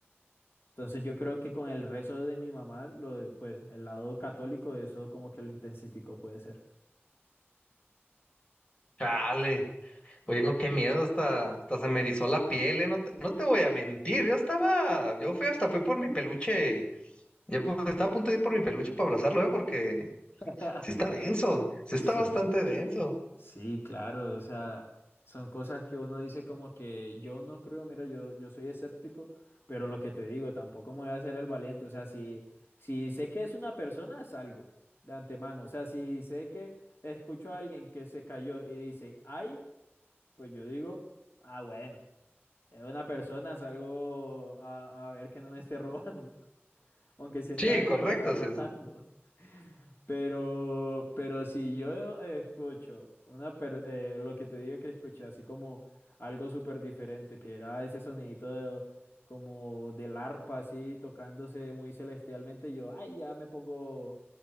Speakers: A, on the left (about 60°); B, on the left (about 25°).
A: Entonces yo creo que con el rezo de mi mamá, lo de- pues el lado católico, eso como que lo intensificó, puede ser.
B: chale. Oye, no, qué miedo, hasta, hasta se me erizó la piel, ¿eh? No te, no te voy a mentir, yo estaba, yo fui hasta fui por mi peluche, ya pu- estaba a punto de ir por mi peluche para abrazarlo, ¿eh? Porque
A: <laughs>
B: sí está denso, sí está
A: Sí,
B: bastante denso.
A: sí, claro, o sea, son cosas que uno dice como que yo no creo, mira, yo, yo soy escéptico, pero lo que te digo, tampoco me voy a hacer el valiente, o sea, si, si sé que es una persona, salgo de antemano, o sea, si sé que escucho a alguien que se cayó y dice, ay, pues yo digo, ah, bueno, es una persona, salgo a, a ver que no me esté <laughs> robando. Aunque si está
B: Sí,
A: adentro
B: correcto,
A: me está robando.
B: sí es eso.
A: <laughs> Pero, pero si yo eh, escucho una per- eh, lo que te digo que escuché, así como algo súper diferente, que era ese sonidito de- como del arpa así tocándose muy celestialmente, yo, ay, ya me pongo